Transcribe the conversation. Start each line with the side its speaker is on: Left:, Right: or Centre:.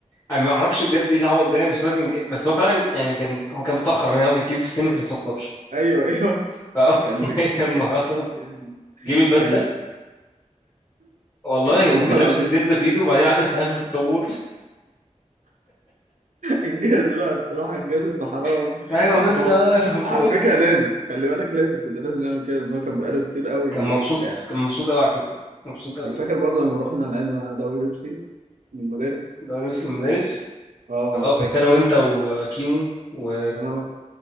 Left: انا ما اعرفش بجد ايه العبط ده يعني، بس هو كان ج- بس هو فعلا يعني كان هو كان متاخر يعني هو كان كبير في السن وكان لسه ما خطبش
Right: ايوه ايوه
Left: فاول
Right: <laughs>
Left: <laughs>
Right: كان
Left: لما خطب
Right: كان
Left: جيب البدله
Right: كان
Left: والله
Right: والله
Left: وكان
Right: العظيم
Left: لابس الدبله في ايده وبعدين قعد يسقف في الطابور
Right: انجاز بقى الصراحه انجاز ابن حرام
Left: <laughs> ايوه يا
Right: ف-
Left: مستر
Right: ما هو-
Left: <laughs> مبروك
Right: على فكره لازم خلي بالك لازم كده لازم نعمل كده ان هو كان بقاله كتير قوي
Left: كان مبسوط
Right: بتاع
Left: كان مبسوط قوي على فكره مبسوط قوي
Right: انا فاكر
Left: يعني
Right: برضه لما رحنا لعبنا دوري بيبسي من المدارس
Left: ده هو نفس المدرس
Right: و... اه
Left: اه كنت
Right: فاكر
Left: انا وانت وكيمو و...
Right: انا